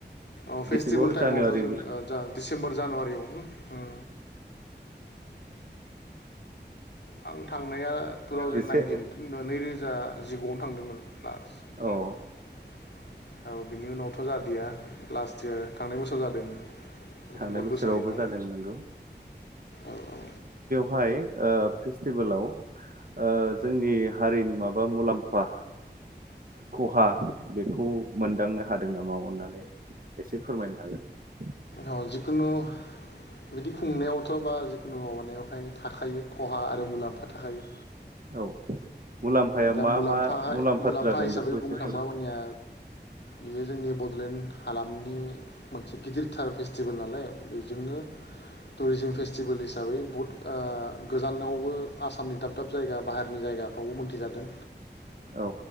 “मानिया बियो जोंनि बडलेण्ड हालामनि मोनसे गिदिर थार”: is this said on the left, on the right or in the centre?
Left